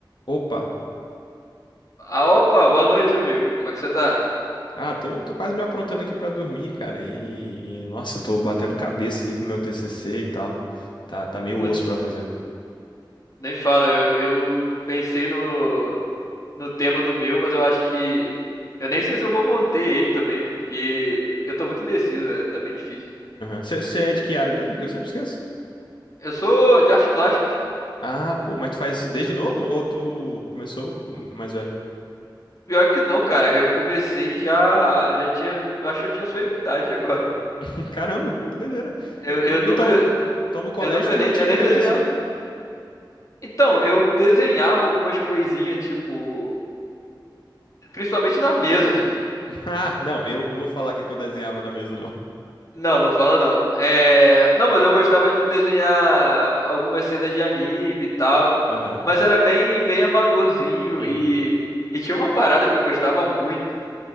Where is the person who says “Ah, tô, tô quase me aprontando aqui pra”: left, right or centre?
Left